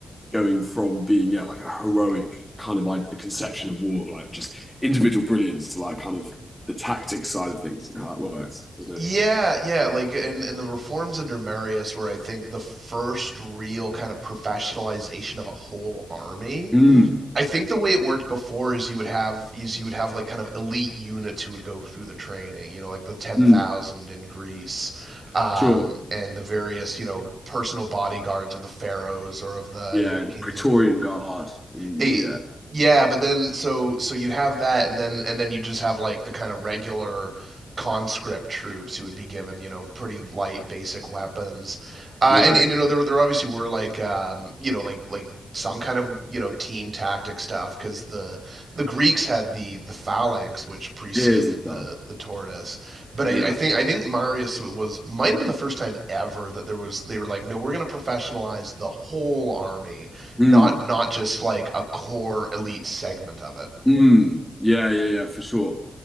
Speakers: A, in the centre; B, on the right (about 45°).
A: going from being yeah like a heroic kind of like a conception of war like just individual brilliance to like kind of the tactics side of things and how that works. Isn't
B: Yeah,
A: it?
B: yeah, like in in the reforms under Marius were I think the first real kind of professionalization of a whole army
A: Mm,
B: I think the way it worked before is you would have is you would have like kind of elite units who would go through the training, you know, like the ten
A: mm,
B: thousand in Greece, um,
A: sure.
B: and the various you know personal bodyguards of the pharaohs or of the
A: Yeah,
B: you know kings
A: the Praetorian
B: of
A: Guard and
B: eh,
A: yeah,
B: yeah, but then so so you'd have that, and then and then you just have like the kind of regular conscript troops who would be given you know pretty light basic weapons, uh,
A: yeah,
B: and and you know there there obviously were like um, you know like like some kind of you know team tactic stuff because the the Greeks had the the phalanx which preceded
A: ears and stuff.
B: the the tortoise, but I,
A: Yeah.
B: I think I think Marius was might have been the first time ever that there was they were like no we're going to professionalize the whole army not
A: Mm,
B: not just like a core elite segment of it.
A: mm. Yeah, yeah, yeah, for sure.